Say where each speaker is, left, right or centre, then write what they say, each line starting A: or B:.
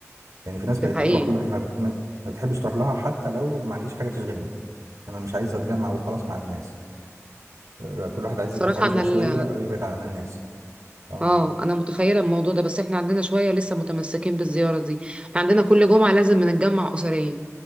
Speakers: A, on the right; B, on the right.
A: يعني في ناس
B: ده
A: بقت
B: حقيقي
A: بتروح ل... ما, بت... ما بتحبش تروح لها حتى لو ما عنديش حاجة تشغلني أنا مش عايز أتجمع وخلاص مع الناس آه، بقى كل واحد عايز
B: صراحة
A: يبقى في عزلة
B: انا ال...
A: شوية أو يبعد عن الناس تمام
B: اه انا متخيلة الموضوع ده بس احنا عندنا شوية لسه متمسكين بالزيارة دي احنا عندنا كل جمعة لازم بنتجمع أسريا